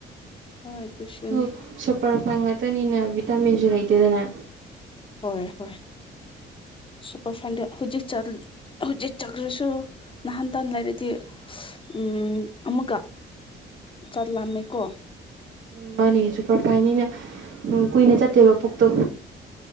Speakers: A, on the left; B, on the right.
A: ꯍꯣꯏ ꯑꯗꯨꯁꯨꯅꯤ
B: ꯆꯥꯛꯁꯨ ꯁꯨꯄꯔꯐꯥꯏꯟ ꯉꯥꯛꯇꯅꯤꯅ ꯚꯤꯇꯥꯃꯤꯟꯁꯨ ꯂꯩꯇꯦꯗꯅ
A: ꯍꯣꯏ ꯍꯣꯏ ꯁꯨꯄꯔꯐꯥꯏꯟꯗꯨ ꯍꯧꯖꯤꯛ ꯆꯠ ꯍꯧꯖꯤꯛ ꯆꯠꯈ꯭ꯔꯁꯨ ꯅꯍꯥꯟ ꯇꯥꯟ ꯂꯩꯔꯗꯤ ꯎꯝ ꯑꯃꯨꯛꯀ ꯆꯥꯛ ꯂꯝꯃꯦꯀꯣ
B: ꯎꯝ ꯃꯥꯅꯦ ꯁꯨꯄꯔ ꯐꯥꯏꯟ ꯅꯤꯅꯥ ꯀꯨꯏꯅ ꯆꯠꯇꯦꯕ ꯄꯨꯛꯇꯣ